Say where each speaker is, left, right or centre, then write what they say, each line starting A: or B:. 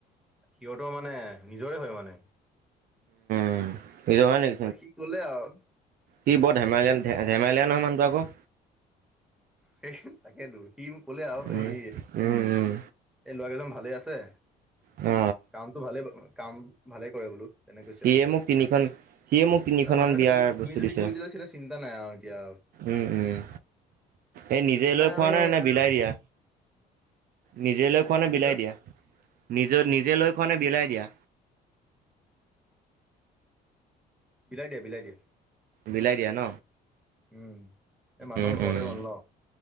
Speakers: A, in the centre; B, on the right.
A: সিহঁতৰ মানে নিজৰে হয় মানে
B: উম এইটো হয় নেকি
A: ত সি কলে আৰু
B: কি বৰ ধেমালিয়ান ধেমালিয় নহয়ানুটো আকৌ
A: সেই তাকেইেতো সি মোক কলে আৰু
B: উম।
A: এই
B: উম, উম,
A: এই লৰা কেইজন ভালে আছে
B: অ
A: কামটো ভালে কাম ভালে কৰে বোলো তেনে কৈছে
B: সিয়ে
A: আৰু
B: মোক তিনিখন সিয়ে মোক তিনিখনমান
A: মানাৰ
B: বিয়াৰ
A: কথা
B: বস্তু
A: তুমি যদি
B: দিছে
A: কৈ দিলা চিনা চিন্তা নাই আৰু এতিয়া
B: উম উম এই নিজে
A: তেনে
B: লৈ খোৱা
A: আমি
B: নাই নে বিলাই দিয়া নিজে লৈ খোৱা
A: কি
B: নে
A: কৈছ
B: বিলাই দিয়া নিজে নিজে লৈ খোৱা নে বিলাই দিয়া
A: বিলাই দিয়া বিলাই দিয়া
B: বিলাই দিয়া ন
A: এই মানুহৰ
B: উম,
A: ঘৰতে
B: উম,
A: গ'ল ন